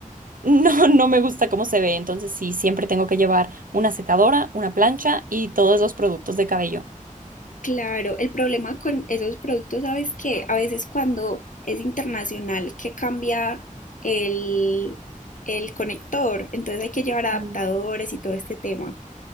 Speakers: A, on the right; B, on the left.
A: no, <laughs> no me gusta cómo se ve, entonces sí, siempre tengo que llevar una secadora, una plancha y todos los productos de cabello.
B: Claro, el problema con esos productos, ¿sabes qué? A veces cuando es internacional que cambia el, el conector, entonces hay que llevar adaptadores
A: Mm.
B: y todo este tema,